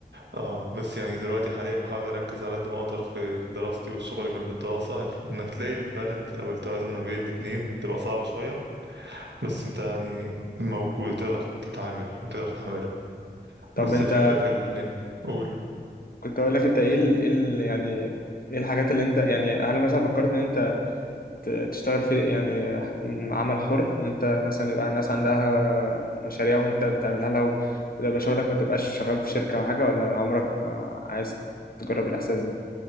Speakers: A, on the right; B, on the left.
A: اه بس يعني دلوقتي حاليا بحاول اركز على قد ما اقدر في دراستي والشغل جنب الدراسة انك تلاقي البالانس او التوازن ما بين الاتنين تبقى صعبة شوية بس انت يعني موجود تقدر تتعامل وتقدر تعملها
B: طب
A: بس
B: انت
A: الفكرة في ال قول
B: كنت اقول لك انت ايه ال... إيه ال... يعني ايه الحاجات اللي انت يعني هل مثلا فكرت ان انت ت- تشتغل في يعني ح- م- عمل حر ان انت مثلا يبقى الناس عندها مشاريع وانت بتعملها لها وده شغلك ما تبقاش شغال في شركة او حاجة ولا عمرك ما عايز تجرب الاحساس ده